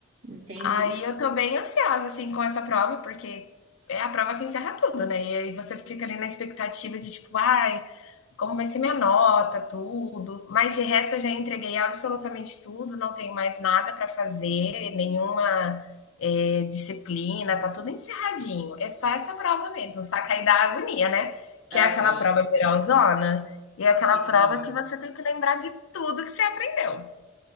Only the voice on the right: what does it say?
Entendi.
Aham,
sim.